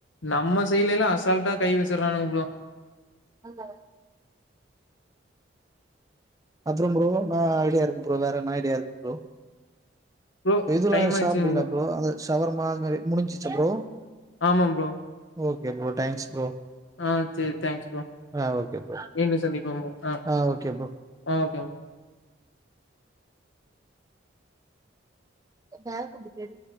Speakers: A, on the left; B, on the right.
A: நம்ம சைடுலெல்லா அசால்ட்டா கை வச்சறாங்க ப்ரோ
B: ஆமா அப்றோ ப்ரோ ன்னா ஐடியா இருக்கு ப்ரோ வேற என்ன ஐடியா இருக்கு ப்ரோ
A: ப்ரோ
B: இதுல்லா
A: டைம்
B: சாப்டுவீங்ளா
A: ஆயிடுச்சுங்க
B: ப்ரோ அந்த சவர்மா அது மாதிரி முடிஞ்சிச்சா ப்ரோ
A: ஆமா bro.
B: Okay bro thanks bro
A: ஆ சரி தேங்க்ஸ் ப்ரோ
B: ஆ ஓகே ப்ரோ
A: மீண்டும் சந்திப்போ ப்ரோ ஆ
B: ஆ ஓகே ப்ரோ
A: ஆ ஓகே
B: <unintelligible> எடு